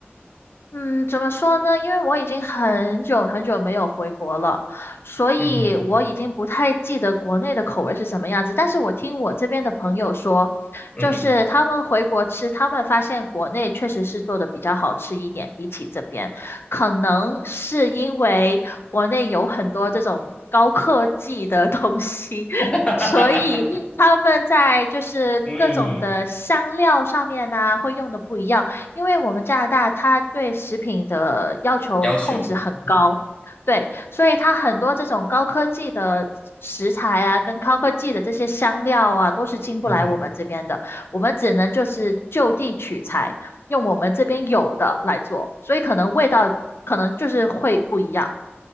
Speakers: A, on the left; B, on the left.
A: 嗯，怎么说呢？因为我已经很久很久没有回国了，所以我已经不太记得国内的口味是什么样子。
B: 嗯哼
A: 但是我听我这边的朋友说，
B: 嗯哼嗯哼，
A: 就是他们回国吃，他们发现国内确实是做的比较好吃一点，比起这边，可能是因为国内有很多这种高科技的东西，<laughs>
B: <laughs>
A: 所以他们在就是各种的香料上面呢、
B: 嗯，
A: 会用的不一样。因为我们加拿大它对食品的要求控制很高，
B: 要求。<laughs>
A: 对，所以它很多这种高科技的食材啊，跟高科技的这些香料啊，都是进不来我们这边的，
B: 嗯
A: 我们只能就是就地取材，用我们这边有的来做，所以可能味道可能就是会不一样